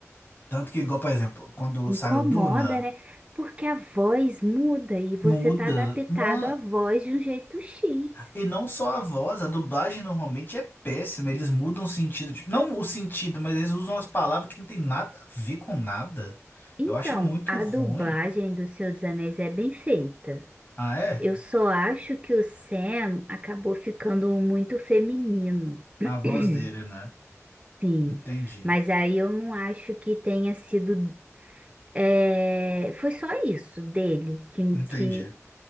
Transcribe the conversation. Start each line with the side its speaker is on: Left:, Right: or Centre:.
Left: Tanto que, igual, por exemplo, quando
Right: Incomoda,
Left: saiu Duna,
Right: né? Porque a voz muda e você
Left: muda.
Right: tá adaptado
Left: Não.
Right: à voz de um jeito X.
Left: E não só a voz, a dublagem normalmente é péssima. Eles mudam o sentido. tipo, não o sentido, mas eles usam as palavras que não tem nada a ver com nada.
Right: Então,
Left: Eu acho muito
Right: a
Left: ruim.
Right: dublagem do Senhor dos Anéis é bem feita.
Left: Ah, é?
Right: Eu só acho que o Sam acabou ficando muito feminino. <clears throat>
Left: A voz dele, né?
Right: Sim,
Left: Entendi.
Right: mas aí eu não acho que tenha sido. é, Foi só isso dele que,
Left: Entendi.
Right: que,